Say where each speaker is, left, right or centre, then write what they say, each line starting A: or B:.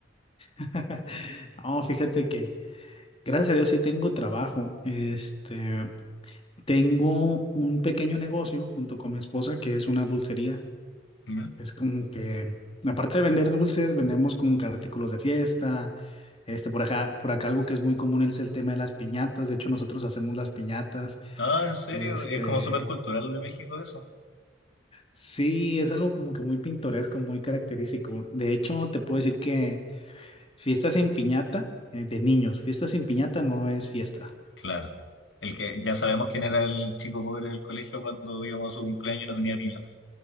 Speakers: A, on the left (about 30°); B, on the left (about 75°).
A: <laughs> No, fíjate que gracias a Dios sí tengo trabajo. Este, tengo un pequeño negocio junto con mi esposa que es una dulcería.
B: ¿Ya? <laughs>
A: Es como que, aparte de vender dulces, vendemos como que artículos de fiesta. Este, por acá, por acá algo que es muy común es el tema de las piñatas. De hecho, nosotros hacemos las piñatas.
B: Ah, ¿en serio?
A: Este,
B: Es como súper cultural de México eso.
A: sí, es algo como que muy pintoresco, muy característico. De hecho, te puedo decir que Fiesta sin piñata, eh, de niños. Fiesta sin piñata no es fiesta.
B: Claro. El que ya sabemos quién era el chico pobre del colegio cuando íbamos a su cumpleaños y no tenía piñata.